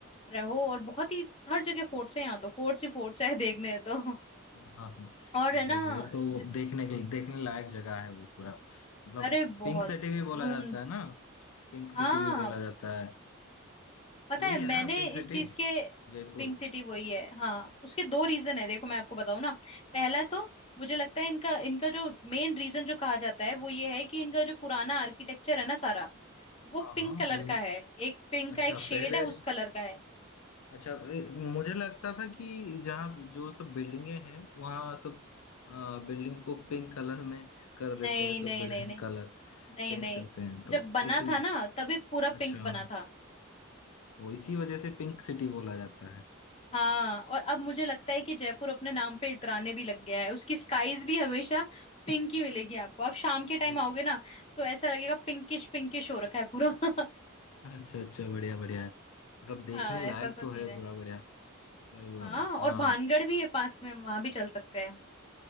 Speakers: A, on the left; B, on the left.
A: रहो और बहुत ही हर जगह फोर्ट्स है यहाँ तो फोर्ट्स ही फोर्ट्स है देखने तो
B: हाँ हाँ,
A: और
B: मतलब
A: है ना
B: वो तो
A: जित-
B: देखने के देखने लायक जगह है वो पूरा मतलब
A: अरे
B: पिंक
A: बहुत
B: सिटी भी बोला
A: घूम
B: जाता है ना पिंक सिटी
A: हाँ
B: भी बोला जाता है
A: पता
B: वही
A: है मैंने
B: है ना पिंक सिटी
A: इस चीज के
B: जयपुर
A: पिंक सिटी वही है हाँ उसके दो रीजन है देखो मैं आपको बताऊं ना पहला तो मुझे लगता है इनका इनका जो मेन रीजन जो कहा जाता है वो ये है कि इनका जो पुराना आर्किटेक्चर है ना सारा वो
B: हाँ
A: पिंक
B: हाँ
A: कलर
B: वो
A: का है एक पिंक
B: अच्छा
A: का एक शेड
B: पहले
A: है उस कलर का है
B: अच्छा ए, मुझे लगता था कि जहाँ जो सब बिल्डिंगे हैं वहाँ सब बिल्डिंग को पिंक कलर में कर देते
A: नहीं
B: हैं सब
A: नहीं
B: बिल्डिंग
A: नहीं नहीं
B: कलर
A: नहीं
B: पेंट
A: नहीं
B: करते हैं
A: जब
B: तो
A: बना
B: उसी
A: था ना तभी पूरा
B: अच्छा
A: पिंक बना था
B: वो इसी वजह से पिंक सिटी बोला जाता
A: हाँ और अब मुझे लगता है कि जयपुर अपने नाम पे इतराने भी लग गया है उसकी स्काईज भी हमेशा पिंक ही मिलेगी आपको आप शाम के टाइम
B: है
A: आओगे ना तो ऐसा लगेगा पिंकिश पिंकिश हो रखा है पूरा <laughs>
B: अच्छा अच्छा बढ़िया बढ़िया है मतलब देखने
A: हाँ
B: लायक
A: ऐसा सा
B: तो
A: सीन
B: है
A: है
B: पूरा बढ़िया मतलब
A: हाँ और
B: आ,
A: भानगढ़ भी है पास में हम वहां भी चल सकते हैं